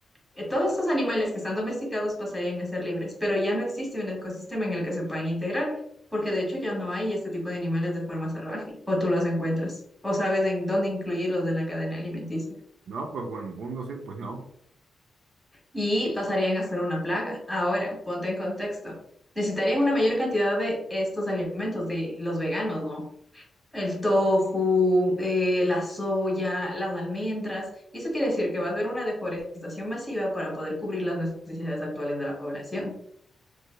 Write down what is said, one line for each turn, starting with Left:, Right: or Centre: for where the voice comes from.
Centre: eh, Todos estos animales que están domesticados pasarían a ser libres, pero ya no existe un ecosistema en el que se puedan integrar, porque de hecho ya no hay este tipo de animales de forma salvaje, o tú los encuentras, o sabes en dónde incluirlos en la cadena alimenticia,
Right: No, pues buen punto, sí, pues no.
Centre: y pasarían a ser una plaga. Ahora, ponte en contexto. Necesitarían una mayor cantidad de estos alimentos de los veganos, ¿no? El tofu, eh, la soya, las almendras. Y eso quiere decir que va a haber una deforestación masiva para poder cubrir las necesidades actuales de la población.